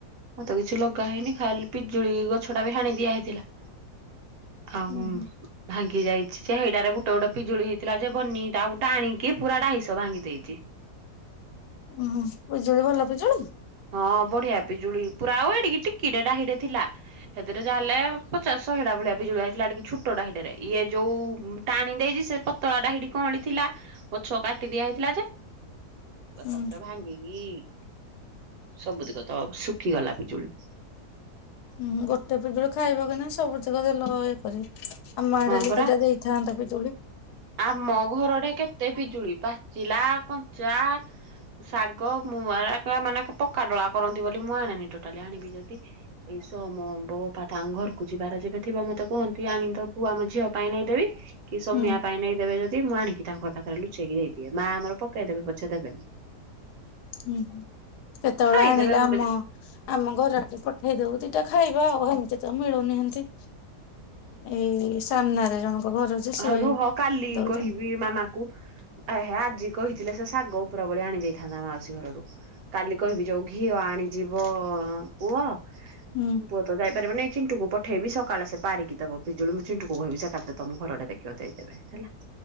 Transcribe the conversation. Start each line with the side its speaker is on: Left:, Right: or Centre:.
Right: ମତେ କିଛି ଲଗା ହେଇନି ଖାଲି ପିଜୁଳି ଗଛ ଟା ବି ହାଣି ଦିଆ ହେଇଥିଲା। ଆଉ
Left: ଉୁଁ ହୁଁ
Right: ଭାଙ୍ଗି ଯାଇଛି ଯେ ଏଇଡାରେ ଗୋ ଗୋଟ ଗୋଟେ ପିଜୁଳି ହେଇଥିଲା ଯେ ବନି ତା ଗୋଟେ ଟାଣିକି ପୁରା ଢାଇସ ଭାଙ୍ଗି ଦେଇଚି।
Left: ଉୁଁ ହୁଁ ପିଜୁଳି ଭଲ ପିଜୁଳି।
Right: ହଁ ବଢିଆ ପିଜୁଳି ପୁରା ଆଉ ଆଡିକି କେଡେଡା <inaudible> ଥିଲା ସେଥିରେ ଯା ହେଲେ ପଚାଶ ଶହେଡା ଭଳିଆ ବିିଜୁଳି ଆଇଥିଲା ଏଟିକି ଛୁ। ପୋଡା ହିଡରେ ଇଏ ଯୋଉ ଟାଣି ଦେଇଚି ସେ ପତଳା ହେଇଟି କଅଁଳି ଥିଲା। ଗଛ କାଟି ଦିଆ ହେଇଥିଲା ଯେ ଏକଥର
Left: ଉଁ
Right: ଭାଙ୍ଗିଗି। ସବୁ ଦିଗ ତ ଶୁଖିଗଲା ପିଜୁଳି।
Left: ହୁଁ ଗୋଟେ ପିଜୁଳ ଖାଇବା କି ନା ସବୁତିକ ଦେଲ ଇଏ କରି ଆମ ଆଡ଼େ
Right: ହଁ
Left: ହେଲେ
Right: ପରା
Left: ଦିଟା ଦେଇଥାନ୍ତା ପିଜୁଳି।
Right: ଆମ ଘରଟେ କେତେ ପିଜୁଳି ପାଚିଲା କଞ୍ଚା ଶାଗ ମୁଁ ମାନେ ମାନେକେ ପକ୍କା ଡଳା କରନ୍ତି ବୋଲି ମୁଁ ଆଣିନି ଟୋଟାଲି ଆଣିବି ଯଦି ଏଇସ ମୋ ବୋପା ତାଙ୍କ ଘରକୁ ଯିବାର ଯେବେ ଥିବ ମତେ କୁହନ୍ତି ଆଣିଦ କୁ ଆମ ଝିଅ ପାଇଁ ନେଇଦେବି କି ସମୟା
Left: ହୁଁ
Right: ପାଇଁ ନେଇଦେବେ ଯଦି ମୁଁ ଆଣିକି ତାଙ୍କ ପାଖକୁ ପାଖରେ ଲୁଚେଇକି ଦେଇଦିଏ ମା ଆମର ପକେଇଦବେ ପଛେ ଦେବେନି।
Left: ହୁଁ ହୁଁ କେତେବେଳେ
Right: ଖାଇଦେବେ
Left: ଆଣିଲେ
Right: ଗୋଟେ
Left: ଆମ ଆମ ଘରଆଡେ ପଠେଇ ଦଉ ଦିଟା ଖାଇବା ଆଉ ଏମିତି ତ ମିଳୁନାହାନ୍ତି। ଏଇ ସାମ୍ନାରେ ଜଣଙ୍କ ଘର ଯେ ସିଏ
Right: ହୋଉ ରୁହ କାଲି
Left: ଦଉଛନ୍ତି
Right: କହିବି ମାମା କୁ ଏ ହା ଆଜି କହିଥିଲେ ସେ ଶାଗ ଉପର ଭଳି ଆଣି ଦେଇେଇଥାନ୍ତା ମାଉସୀ ଘରଆଡୁ। କାଲି କହିବି ଯୋଉ ଘିଅ ଆଣିଯିବ ପୁଅ
Left: ହୁଁ।
Right: ପୁଅ ତ ଯାଇାରିବନାଇଇ ଚିଣ୍ଟୁକୁ ପଠେଇବି ସକାଳେ ସେ ପାରିକି ଦବ ପିଜଳି ମୁଁ ଚିଣ୍ଟୁକୁ କହିବି ସେ ଏକାବେଳେ ତମ ଘରଆଡେ ଦେଖିବ ଦେଇଦବ ହେଲା।